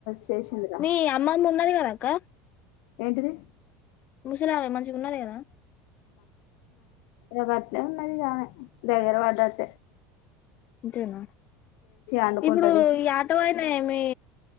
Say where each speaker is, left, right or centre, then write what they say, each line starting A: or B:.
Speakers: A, on the left; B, on the left.
A: చేసిందిరా
B: మీ అమ్మమ్మ ఉన్నది గదాక్క
A: ఏంటిది
B: ముసలావే మంచిగా ఉన్నది గదా
A: ఆగట్లే ఉన్నది గామే దగ్గరవాడట్టే
B: అంతేనా
A: అండుకుంటది
B: ఇప్పుడు ఈ ఆటోయేనా ఏమి